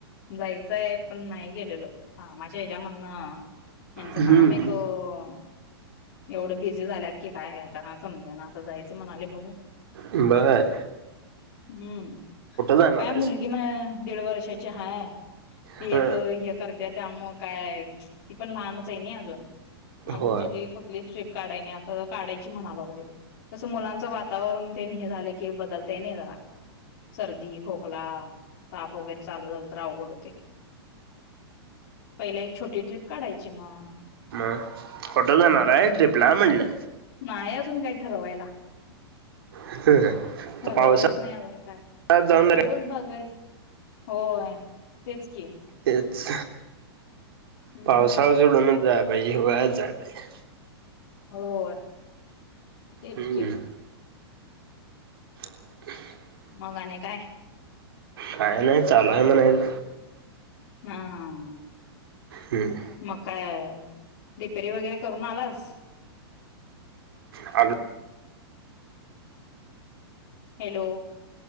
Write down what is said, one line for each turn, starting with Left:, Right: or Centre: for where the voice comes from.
Left: जायचंय, पण नाही गेलेलो. कामाच्या हच्यामधनं ह्यांचं
Right: हम्म
Left: काम एकं एवढं बिझी झाल्यात की काय, आता समजेना. आता जायचं म्हणाले बघू
Right: बरं.
Left: हम्म,
Right: जाणार
Left: काय
Right: आहेसा?
Left: मुलगी म दीड वर्षा ची हाय. ती
Right: हं.
Left: एक हे कर त्या, त्या म काय? ती पण लहानच आहे ना अजून, अजून
Right: होय.
Left: तिजी कुठलीच ट्रिप काढाय नाही, आता काढायची म्हणा लागलोय. कसं मुलांचं वातावरण तेन हे झालं की बदलतंये नाही जरा. सर्दी, खोकला, ताप वगैरे चालू झालं तर अवघड होतंय. पहिला एक, छोटी ट्रीप काढायची मग.
Right: मग कुठं जाणार
Left: हम्म
Right: आहे ट्रिपला म्हटलं?
Left: नाही, अजून काय ठरवायला.
Right: हं.
Left: ठरवलंच
Right: पावसाळ्यात
Left: नाही अजून काय?
Right: जाऊन
Left: पाऊस बघायचं होय, तेच की.
Right: तेच.
Left: हम्म
Right: पावसाळा सोडूनच जाया पाहिजे, हिवाळ्यात जाया पाहिजे.
Left: होय, तेच
Right: हम्म.
Left: की.
Right: <unintelligible>
Left: मंग आणि काय?
Right: काय नाही चालूय म्हणायच
Left: हम
Right: हम्म..
Left: मग काय रिपेरी वगैरे करून आलास?
Right: आलो.
Left: हॅलो!